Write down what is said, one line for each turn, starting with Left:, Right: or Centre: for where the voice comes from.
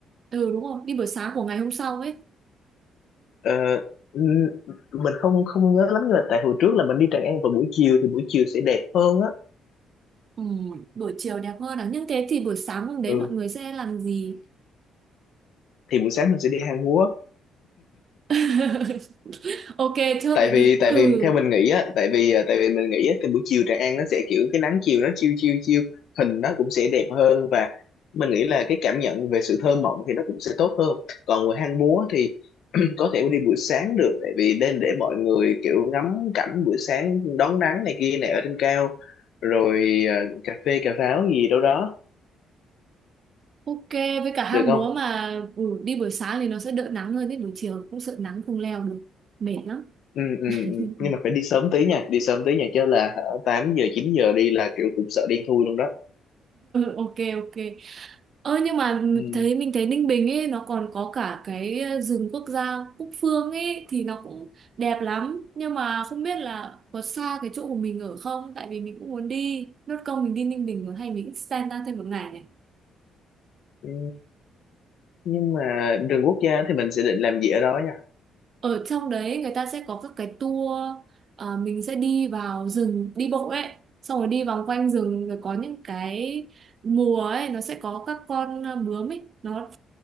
Right: ừ đúng rồi, đi buổi sáng của ngày hôm sau ấy.
Left: Ờ, n- mình không không nhớ lắm nhưng mà tại hồi trước là mình đi Tràng An vào buổi chiều thì buổi chiều sẽ đẹp hơn á
Right: Ừ, buổi chiều đẹp hơn à. Nhưng thế thì buổi sáng hôm đấy
Left: ừ
Right: mọi người sẽ làm gì?
Left: thì buổi sáng mình sẽ đi hang múa
Right: <laughs> Ok, chốt
Left: tại
Right: vậy đi.
Left: vì
Right: Ừ.
Left: tại vì theo mình nghĩ á tại vì à, tại vì mình nghĩ á thì buổi chiều Tràng An nó sẽ kiểu cái nắng chiều nó chiêu chiêu chiêu hình nó cũng sẽ đẹp hơn và mình nghĩ là cái cảm nhận về sự thơ mộng thì nó cũng sẽ tốt hơn còn người hang múa thì <clears throat> có thể đi buổi sáng được tại vì nên để mọi người kiểu ngắm cảnh buổi sáng đón nắng này kia này ở trên cao rồi ờ, cà phê cà pháo gì đâu đó
Right: Ok, với cả hang
Left: được không
Right: múa mà ừ, đi buổi sáng thì nó sẽ đỡ nắng hơn, đến buổi chiều cũng sợ nắng không leo được. Mệt lắm.
Left: ừ, ừ,
Right: <laughs>
Left: ừ. nhưng mà phải đi sớm tí nha đi sớm tí nha chứ là hả, 8 giờ 9 giờ đi là kiểu cũng sợ đen thui luôn đó
Right: Ok, ok. Ơ nhưng mà
Left: ừ.
Right: thấy mình thấy Ninh Bình ấy nó còn có cả cái rừng quốc gia Cúc Phương ấy thì nó cũng đẹp lắm nhưng mà không biết là có xa cái chỗ của mình ở không tại vì mình cũng muốn đi nốt công mình đi Ninh Bình rồi hay mình extend ra thêm một ngày nhỉ
Left: Ừ. nhưng mà rừng quốc gia thì mình sẽ định làm gì ở đó nha
Right: <laughs> ở trong đấy người ta sẽ có các cái tour ờ, mình sẽ đi vào rừng đi bộ ấy xong rồi đi vòng quanh rừng rồi có những cái mùa ấy nó sẽ có các con bướm ấy nó